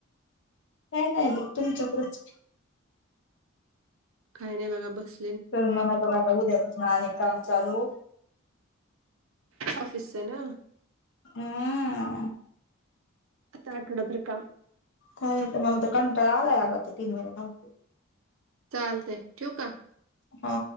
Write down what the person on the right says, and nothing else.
काही नाही बघा बस.
ऑफिस ना.
आठटोडपर काम.
चालतंय ठेवक का?